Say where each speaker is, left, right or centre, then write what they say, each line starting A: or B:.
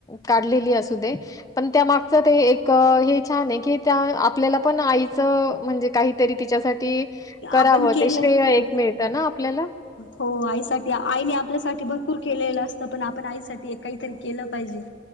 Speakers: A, on the left; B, on the left.
A: काढलेली असू दे पण त्या मागच ते एक हे छान आहे की त्या आपल्याला पण आईच म्हणजे काही तरी तिच्यासाठी कराव
B: आपण केलंय
A: ते एक मिळतं ना आपल्याला.
B: हो आई साठी आईने आपल्यासाठी की भरपूर केलेलं असतं पण आपण आई साठी काहीतरी केलं पाहिजे.